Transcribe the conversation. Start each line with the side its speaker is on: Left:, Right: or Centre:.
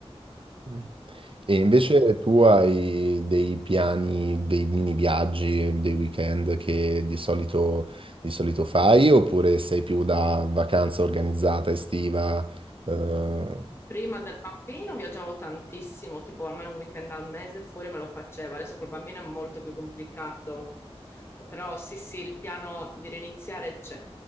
Right: Eh? E invece tu hai dei piani, dei mini viaggi, dei weekend che di solito, di solito fai oppure sei più da vacanza organizzata estiva? eh?
Left: Prima del bambino viaggiavo tantissimo, tipo almeno un weekend al mese fuori me lo facevo, adesso col bambino è molto più complicato. Però sì, sì, il piano di riniziare c'è.